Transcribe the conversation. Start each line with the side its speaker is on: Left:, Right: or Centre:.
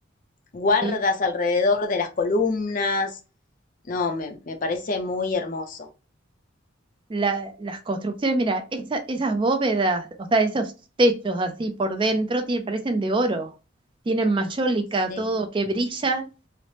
Left: guardas
Right: Sí,
Left: alrededor de las columnas. No, me, me parece muy hermoso.
Right: la- las construcciones, mira, esa- esas bóvedas, o sea, esos techos así por dentro, tie- parecen de oro, tienen mayólica,
Left: Sí,
Right: todo que brilla,